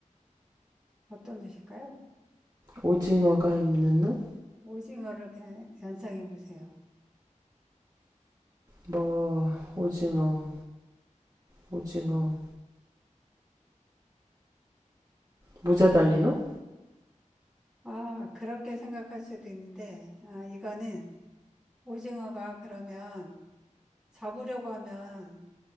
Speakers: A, in the centre; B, on the right.
A: 어떤 옷일까요?
B: 오징어가 입는 옷?
A: 오징어를 그냥 연상해 보세요.
B: 뭐, 오징어, 오징어. 모자 달린 옷?
A: 아, 그렇게 생각할 수도 있는데, 아, 이거는 오징어가 그러면 잡으려고 하면